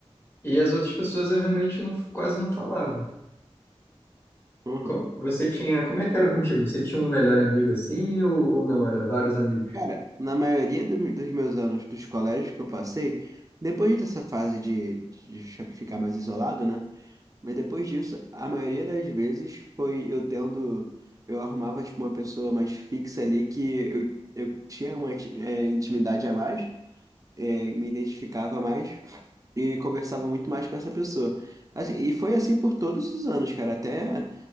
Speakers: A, on the left (about 20°); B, on the right (about 30°).
A: E as outras pessoas eu realmente não, quase não falava
B: Aham.
A: co- Você tinha. Como é que era contigo? Você tinha um melhor amigo assim ou, ou não? Era vários amigos?
B: Cara, na maioria do- dos meus anos dos colégios que eu passei, depois dessa fase de, de ficar mais isolado, né? Mas depois disso, a maioria das vezes foi eu tendo. Eu arrumava, tipo, uma pessoa mais fixa ali que eu, eu tinha uma ti- é, intimidade a mais, é, me identificava mais e conversava muito mais com essa pessoa. Assim, e foi assim por todos os anos, cara. Até